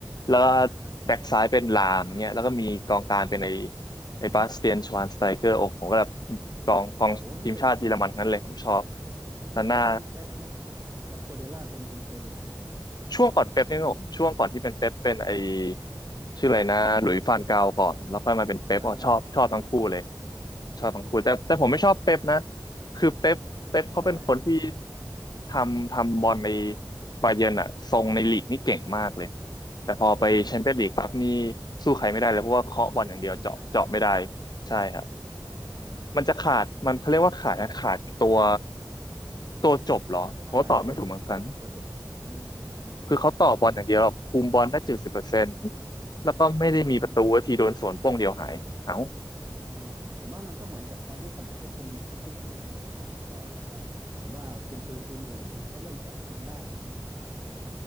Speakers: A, on the left; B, on the right.
A: แล้ว
B: าอ่าอ่าอ่าใช่
A: แบ็กซ้ายเป็นลามเงี้ยแล้วก็มีกองกลางเป็นไอ้
B: ใช่อืม
A: ไอ้บาสเตียนชวานสไตเกอร์โอ้โหผมก็แบบ
B: เออโอ้รู้สึก
A: กองกองทีมชาติเยอรมันทั้งนั้นเลยผมชอบ
B: รู้สึกช่วงนั้นเป๊ปไหม
A: แล้วหน้า
B: เป๊ปกัวเดล่าเป็นกุนซือป่ะ
A: ช่วงก่อนเป๊ปนี่ครับผมช่วงก่อนที่เป็นเป๊ปเป็นไอชื่ออะไรนะหลุยส์ฟานกาลก่อนแล้วค่อยมาเป็นเป๊ปอ๋อชอบชอบทั้งคู่เลย
B: หรือซานเกาอ่าแล้วก็เป็นเป๊ป
A: ชอบทั้งคู่แต่แต่ผมไม่ชอบเป๊ปนะ
B: เออเออเออ
A: คือเป๊ปเป๊ปเขาเป็นคนที่
B: ทำไมอ่ะ
A: ทำทำบอลในบาเยิร์นอะทรงในลีกนี่เก่งมากเลยแต่พอไปแชมเปี้ยนลีกปั๊บนี่
B: อืมอืมอืม
A: สู้ใครไม่ได้เลยเพราะว่าเคาะบอลอย่างเดียวเจาะเจาะไม่ได้
B: อ๋อสู้ไม่ได้อ่ะ
A: ใช่ครับ
B: อ๋อเออเออ
A: มันจะขาดมันเขาเรียกว่าขาดนะขาดตัวตัวจบเหรอผมก็ตอบไม่ถูกเหมือนกัน
B: ขอสร้างสรรค์เกมอ่ะตัวจบอืมอืมอืมอืมอืม
A: คือเขาต่อบอลอย่างเดียวแบบคุมบอลได้เจ็ดสิบเปอร์เซ็นต์แล้วก็ไม่ได้มีประตูว่าทีโดนสวนโป้งเดียวหายเอ้า
B: อืมอืม เออผมว่ามันก็เหมือนกับตอนที่สมัยเขาคุมแมนซิตี้ตอนนี้ป่ะก็แบบผมว่ากุนซือทีมอื่นเขาเริ่มจับทางได้อะไรเนี่ยเนาะว่าเออ